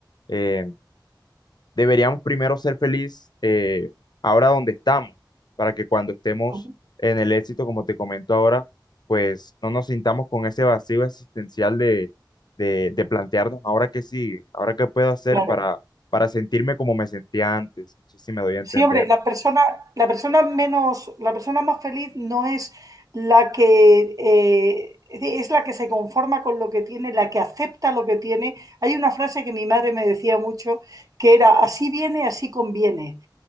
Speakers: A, on the left (about 60°); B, on the right (about 45°).
A: eh, deberíamos primero ser feliz eh, ahora donde estamos, para que cuando estemos
B: ujú,
A: en el éxito, como te comento ahora, pues no nos sintamos con ese vacío existencial de, de, de plantearnos ahora qué sigue, ahora qué puedo hacer
B: Claro.
A: para, para sentirme como me sentía antes. No sé si me doy a entender.
B: Siempre la persona, la persona menos, la persona más feliz no es la que eh, es la que se conforma con lo que tiene, la que acepta lo que tiene. Hay una frase que mi madre me decía mucho que era así viene, así conviene.